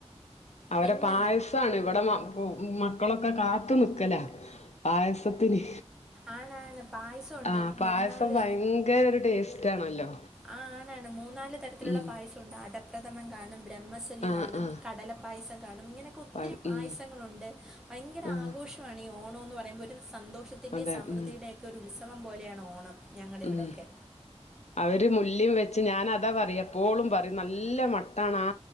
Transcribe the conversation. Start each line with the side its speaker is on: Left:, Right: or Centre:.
Left: അവരെ
Centre: പിന്നെ
Left: പായസമാണ് ഇവിടെ <unintelligible> മക്കളൊക്കെ കാത്തുനിക്കല പായസത്തിന്
Centre: ആണാണ് പായസമുണ്ട്
Left: ആഹ് പായസം
Centre: മൂന്നാല്
Left: ഭയങ്കര ഒരു ടേസ്റ്റ് ആണല്ലോ
Centre: ആഹ് ആണാണ് മൂന്നാല് തരത്തിലുള്ള
Left: ഉം
Centre: പായസമുണ്ട് അടപ്രഥമം കാണും - ബ്രഹ്മസലി
Left: ആഹ്
Centre: കാണും
Left: ആഹ്
Centre: കടലപ്പായസം- കാണും ഇങ്ങനെയൊക്കെ ഒത്തിരി
Left: പ
Centre: പായസങ്ങളുണ്ട്
Left: ഉം
Centre: ഭയങ്കര
Left: ആഹ്
Centre: ആഘോഷമാണ് ഈ ഓണംന്ന് പറയുമ്പോൾ ഒരു- സന്തോഷത്തിന്റെയും
Left: അതെ
Centre: സമൃദ്ധിയുടെയൊക്കെ
Left: ഉം
Centre: ഒരു ഉത്സവം പോലെയാണ് ഓണം ഞങ്ങളുടെ
Left: ഉം
Centre: ഇവിടെയൊക്കെ
Left: അവര്- ഡെല്ലി വെച്ച് ഞാൻ അതാപറയുക എപ്പോഴും പറയും നല്ല മട്ടാണ് ആ